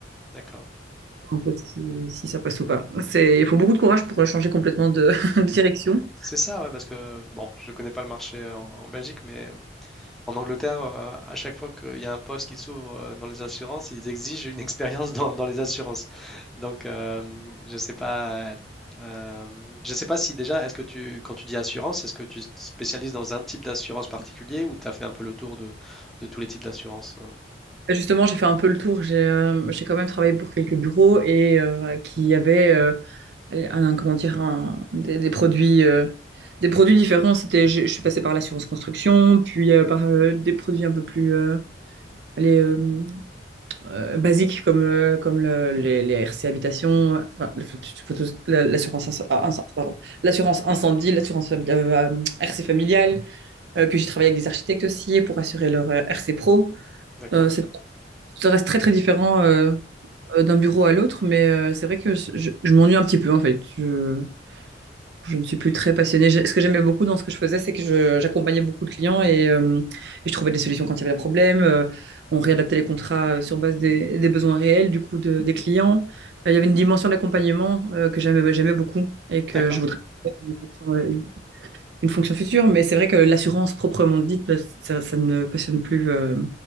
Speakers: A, in the centre; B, on the right.
A: d'accord.
B: un peu si, si ça passe ou pas. C'est, il faut beaucoup de courage pour changer complètement de, <laughs> de direction.
A: C'est ça, ouais, parce que bon, je connais pas le marché en, en Belgique, mais euh, en Angleterre, euh, à chaque fois qu'il y a un poste qui s'ouvre euh, dans les assurances, ils exigent une <laughs> expérience dans, dans les assurances. Donc, euh, je sais pas, euh, je sais pas si déjà, est-ce que tu, quand tu dis assurance, est-ce que tu te spécialises dans un type d'assurance particulier ou tu as fait un peu le tour de, de tous les types d'assurances? euh,
B: Et justement, j'ai fait un peu le tour. J'ai, euh, j'ai quand même travaillé pour quelques bureaux et euh, qui avaient euh, un, comment dire, un- des, des produits. euh, des produits différents, c'était, je, je suis passée par l'assurance construction, puis euh, par euh, des produits un peu plus, euh, allez, euh, euh, basiques comme, euh, comme le- les, les RC Habitation, enfin, le- faut- faut tous- la- l'assurance inc- ah, inc- pardon, l'assurance incendie, l'assurance fami- euh, euh, RC familiale. Euh, puis j'ai travaillé avec des architectes aussi pour assurer leur euh, RC pro.
A: D'accord,
B: Euh, c'est- ça reste très très différent euh, euh, d'un bureau à l'autre, mais euh, c'est vrai que je, je- je m'ennuie un petit peu en fait. Je- je ne suis plus très passionnée. Je- Ce que j'aimais beaucoup dans ce que je faisais, c'est que je- j'accompagnais beaucoup de clients et, euh, et je trouvais des solutions quand il y avait des problèmes. Euh, on réadaptait les contrats euh, sur base des, des besoins réels du coup de- des clients. Euh, il y avait une dimension d'accompagnement euh, que j'aimais bah, j'aimais beaucoup et que
A: d'accord.
B: je voudrais faire une fonction, euh, une fonction future. Mais c'est vrai que l'assurance proprement dite, bah, ça, ça ne me passionne plus euh,